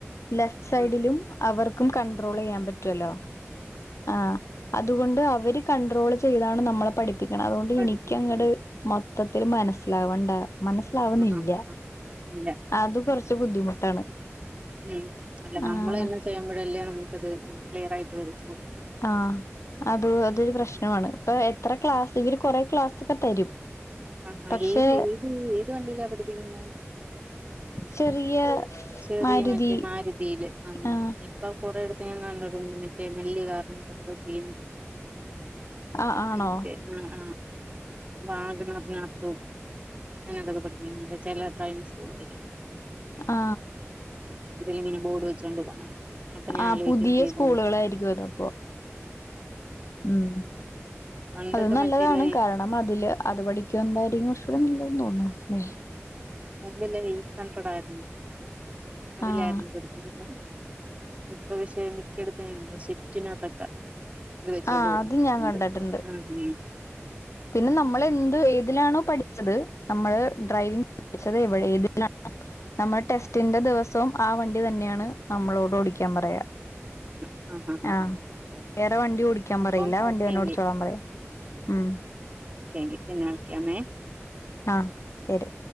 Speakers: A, on the left (about 75°); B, on the right (about 30°).
A: ലെഫ് സൈഡിലും
B: ആ
A: അവർക്കും കൺട്രോള് ചെയ്യാം പറ്റല്ലോ ആ അതുകൊണ്ട് അവര് കണ്ട്രോള് ചെയ്താണ് നമ്മളെ പഠിപ്പിക്കണെ അതുകൊണ്ട്
B: പഠിപ്പിക്കുന്നു.
A: എനിക്കങ്ങട് മ ത്തത്തില് മനസ്സിലാവണ്ട മനസ്സിലാവുന്നില്ല
B: ആ. ആ. ഇല്ല.
A: അത് കൊറച്ച് ബുദ്ധിമുട്ടാണ്
B: ഉം അല്ല
A: ആഹ്
B: നമ്മള് തന്നെ ചെയ്യമ്പഴല്ലേ നമുക്കത് ക്ലിയർ ആയിട്ട് വരുത്തൊളു
A: ആ അത് അതൊരു പ്രശ്നവാണ് ഇപ്പൊ എത്ര ക്ലാസ്സ് ഇവര് കൊറെ ക്ലാസെക്കെ തരും
B: ആ
A: പക്ഷെ
B: ഏത് ഏത് ഏത് വണ്ടിയിലാ പഠിപ്പിക്കുന്നേ
A: ചെറിയ
B: ചെറിയ
A: മാരുതി
B: മറ്റേ മാരുതീല് ആ
A: ആഹ്
B: ഇപ്പൊ കൊറെയെടത്ത് തേ കണ്ടിട്ടുണ്ട് മറ്റേ വല്യ കാറിനാത്തൊക്കെ പഠിപ്പിക്കുന്നേ
A: ആഹ് ആണോ
B: ഓക്കേ ആ ആ വാഗ്നർറിനകത്തും ആ അതൊക്കെ പഠിപ്പിക്കുന്നുണ്ട് ചെല ഡ്രൈവിങ് സ്കൂള് കാര്
A: ആ
B: ഇങ്ങനെ ബോഡ് വച്ച് കാെണ്ട് പോന്നത് കാണാം അപ്പൊ ഞാൻ
A: ആ
B: ആലോചിക്കുകയും
A: പുതിയ
B: ചെയ്തേനെ
A: സ്കൂളുകളായിരിക്കും അതപ്പൊ ഉം
B: പണ്ടൊക്കെ
A: അത് നല്ലതാണ്
B: മറ്റേ
A: കാരണം അതില് അത് പഠിക്കോമ്പോയിരിക്കും <unintelligible> <unintelligible> <unintelligible> ലെ
B: ഞങ്ങൾക്ക് എല്ലാം എയ്റ്റ് ഹൻഡ്രേഡ് ആയിരുന്നു അതിലായിരുന്നു
A: ആഹ്
B: പഠിപ്പിക്കുന്നത് ഇപ്പൊ വിഷയം മിക്കടെത്തു ഇങ്ങനെ സിസ്റ്റിനാതൊക്കെ ഇത് വെച്ചൊണ്ട്
A: ആഹ്
B: പോകുന്നുണ്ട്
A: അത് ഞാൻ
B: ഉണ്ട്
A: കണ്ടിട്ടുണ്ട്
B: ആ അ
A: പിന്നെ നമ്മള് എന്ത് ഏതിലാണോ പഠിച്ചത് നമ്മള് ഡ്രൈവിംഗ പഠിച്ചത് എവിട ഏതിലാണ് നമ്മ ടെസ്റ്റിന്റെ ദെവസവും ആ വണ്ടി തന്നെയാണ് നമ്മളോട് ഓടിക്കാൻ പറയാ
B: ആ ആ ആ
A: ആഹ് വേറെ വണ്ടി ഓടിക്കാൻ
B: അപ്പം
A: പറയില്ല ആ വണ്ടി
B: ഓക്കെയെങ്കി
A: തന്നെ ഓടിച്ചോളാൻ പറയാ ഉം
B: ഒക്കെയെങ്കി പിന്നെ വിളിക്കാമെ
A: ആ ശരി